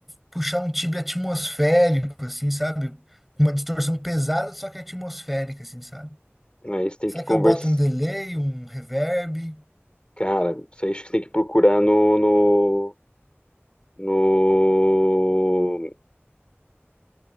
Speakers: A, in the centre; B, on the left.
A: puxar um timbre atmosférico, assim, sabe? Uma distorção pesada, só que atmosférica, assim, sabe?
B: Aí você tem
A: Será
B: que conversar.
A: que eu boto um delay, um reverb?
B: Cara, isso aí acho que você tem que procurar no, no, no.